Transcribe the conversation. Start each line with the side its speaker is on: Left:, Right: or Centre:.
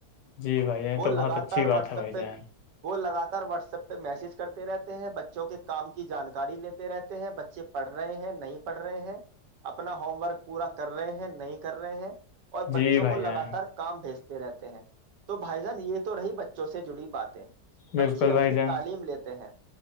Left: جی بھائی جان یہ
Right: وہ
Left: تو
Right: لگاتار
Left: بہت اچھی بات
Right: واٹس
Left: ہے بھائی
Right: ایپ پہ
Left: جان
Right: وہ لگاتار واٹسپ <unintelligible> میسج کرتے رہتے ہیں بچوں کے کام کی جانکاری لیتے رہتے ہیں بچے پڑھ رہے ہیں نہیں پڑھ رہے ہیں اپنا ہوم ورک <unintelligible> پورا کر رہے ہیں نہیں کر رہے ہیں <unintelligible> اور
Left: جی
Right: بچوں
Left: بھائی
Right: کو لگاتار
Left: جان
Right: کام بھیجتے <unintelligible> رہتے ہیں تو بھائی جان یہ تو رہی بچ <unintelligible> وں سے جڑی باتیں بچے
Left: بالکل
Right: اپنی
Left: بھائی جان
Right: تعلیم لیتے ہیں